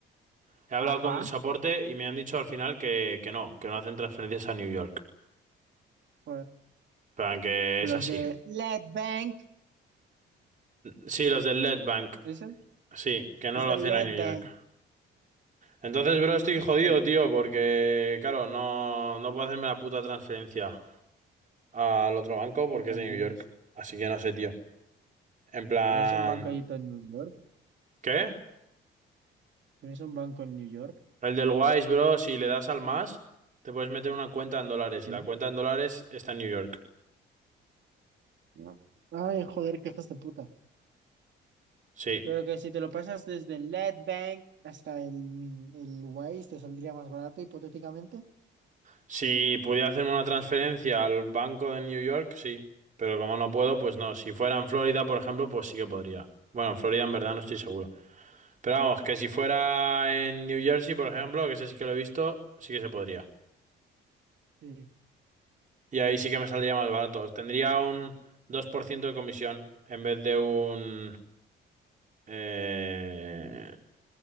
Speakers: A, on the right; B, on the right.
A: he hablado
B: Ajá.
A: con el soporte y me han dicho al final que que no, que no hacen transferencias a New York.
B: Joder.
A: Pero que
B: Los
A: es así.
B: de Lead Bank.
A: Sí, los del Bank.
B: ¿Eso?
A: Sí, que no
B: Es
A: lo
B: de
A: hacen
B: Lead
A: a New
B: Bank.
A: York. Entonces, bro, estoy jodido,
B: Joder,
A: tío, porque, claro, no, no puedo hacerme la puta transferencia al otro banco porque
B: qué cabrones.
A: es de New York. Así que no sé, tío. En plan,
B: ¿Tienes un banco ahí en New York?
A: ¿qué?
B: ¿Tienes un banco en New York?
A: El del Wise, bro, si le das al más, te puedes meter una cuenta en dólares
B: Sí.
A: y la cuenta en dólares está en New York.
B: No. Ay, joder, qué hijas de puta.
A: Sí.
B: Pero que si te lo pasas desde Lead Bank hasta el, el Wise te saldría más barato, hipotéticamente.
A: Si pudiera hacerme una transferencia al banco de New York, sí. Pero como no puedo, pues no. Si fuera en Florida, por ejemplo, pues sí que podría. Bueno, en Florida en verdad no estoy seguro. Pero vamos, que si fuera en New Jersey, por ejemplo, que ese sí que lo he visto, sí que se podría.
B: Sí.
A: Y ahí sí que me saldría más barato. Tendría un 2% de comisión en vez de un... Eh,